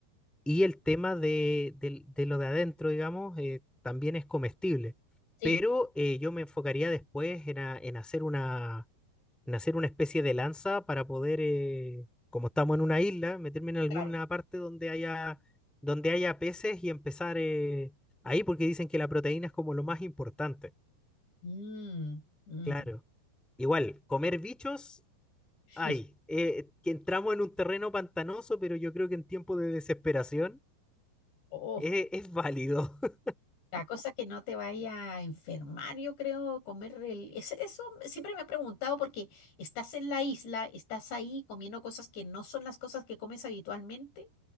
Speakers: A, in the centre; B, on the left (about 70°).
A: y el tema de, del- de lo de adentro, digamos, eh, también es comestible.
B: Sí,
A: Pero eh, yo me enfocaría después en, a- en hacer una en hacer una especie de lanza para poder, eh, como estamos en una isla, meterme en alguna
B: claro.
A: parte donde haya, donde haya peces y empezar eh, ahí, porque dicen que la proteína es como lo más importante.
B: Mm, mm.
A: Claro. Igual, comer bichos,
B: <laughs>
A: hay. Eh, que entramos en un terreno pantanoso, pero yo creo que en tiempo de desesperación
B: Oh.
A: es, es válido. <laughs>
B: La <laughs> cosa es que no te vaya a enfermar, yo creo, comer el... es- Eso siempre me he preguntado porque estás en la isla, estás ahí comiendo cosas que no son las cosas que comes habitualmente